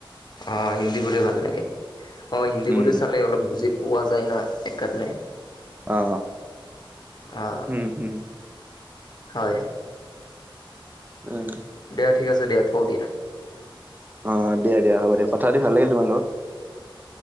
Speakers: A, on the left; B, on the right.
A: অ হিন্দী বোৰে ভাল নেকে নেকি অ হিন্দী
B: উম
A: বোৰে চালে অলপ বুজি পোৱা যায় না এককাৰণে
B: অ
A: অ
B: উম হম
A: হয়
B: উম
A: দিয়া ঠিক আছে দিয়া থক দিয়া
B: অ দ দে দিয়া হ'ব দিয়া কথাতি ভাল লাগে তোমাৰ লগ